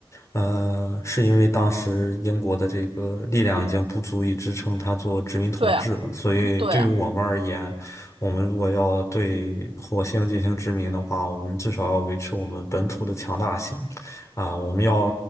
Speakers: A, on the left; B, on the right.
A: 呃，是因为当时英国的这个力量已经不足以支撑它做殖民统治了，
B: 对啊，
A: 所以对于我们而言，
B: 对啊。
A: 我们如果要对火星进行殖民的话，我们至少要维持我们本土的强大性，啊，我们要